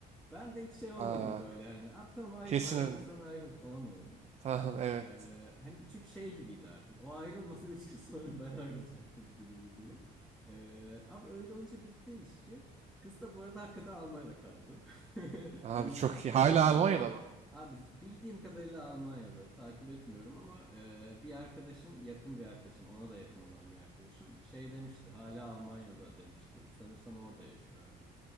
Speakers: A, in the centre; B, on the right (about 40°).
A: Ben de hiç şey olmadım
B: Aa,
A: böyle hani. Abi tamam ayrıl
B: kesin
A: ayrılırsan ayrıl falan oldum.
B: tamam evet.
A: Ee, hani çünkü şey gibiydi artık. O ayrılmasa 3 gün sonra <laughs> ben ayrılacaktım gibiydi durum. Ee, abi öyle olunca bitti ilişki. Kız da bu arada hakikaten Almanya'da kaldı. <laughs>
B: Abi
A: Hani
B: çok iyi. Hala
A: e,
B: Almanya'da mı?
A: abi bildiğim kadarıyla Almanya'da takip etmiyorum ama e, bir arkadaşım yakın bir arkadaşım ona da yakın olan bir arkadaşım şey demişti hala Almanya'da demişti. Sanırsam orada yaşıyor artık.